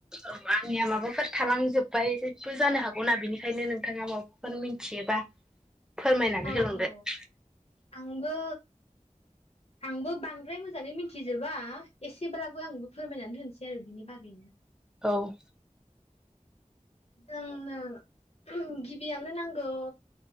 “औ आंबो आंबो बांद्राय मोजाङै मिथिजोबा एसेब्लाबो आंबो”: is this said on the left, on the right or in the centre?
Left